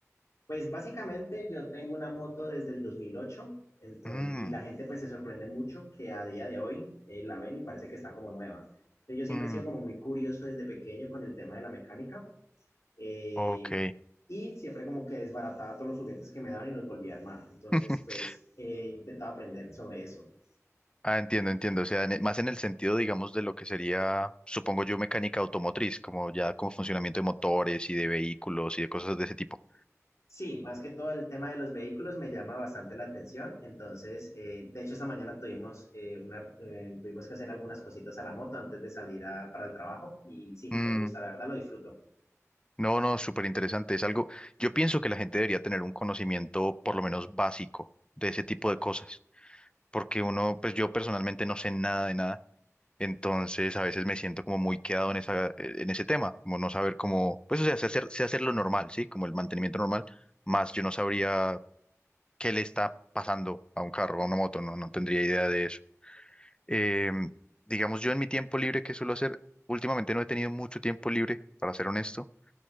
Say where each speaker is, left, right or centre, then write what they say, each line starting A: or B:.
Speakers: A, on the left (about 65°); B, on the left (about 20°).
A: Pues básicamente yo tengo una moto desde el 2008, entonces,
B: Mm,
A: y la gente pues se sorprende mucho que a día de hoy eh, la ven y parece que está como nueva. Entonces, yo siempre
B: mm,
A: he sido como muy curioso desde pequeño con el tema de la mecánica eh,
B: ok.
A: y siempre como que desbarataba todos los juguetes que me dan y los volví a armar. Entonces
B: <laughs>
A: pues he intentado aprender sobre eso.
B: Ah, entiendo, entiendo. O sea, en e- más en el sentido, digamos, de lo que sería, supongo yo, mecánica automotriz, como ya como funcionamiento de motores y de vehículos y de cosas de ese tipo.
A: Sí, más que todo el tema de los vehículos me llama bastante la atención. Entonces, eh, de hecho, esta mañana tuvimos, eh, una, eh, tuvimos que hacer algunas cositas a la moto antes de salir a- para el trabajo. Y sí,
B: Mm,
A: me gusta, la verdad lo disfruto.
B: no, no, súper interesante. Es algo, yo pienso que la gente debería tener un conocimiento por lo menos básico de ese tipo de cosas. porque uno, pues yo personalmente no sé nada de nada, entonces a veces me siento como muy quedado en esa, eh, en ese tema, como no saber cómo, pues o sea, sé hacer, sé hacer lo normal, ¿sí? Como el mantenimiento normal, más yo no sabría qué le está pasando a un carro, a una moto, no, no tendría idea de eso. Eh, digamos, yo en mi tiempo libre, ¿qué suelo hacer? Últimamente no he tenido mucho tiempo libre, para ser honesto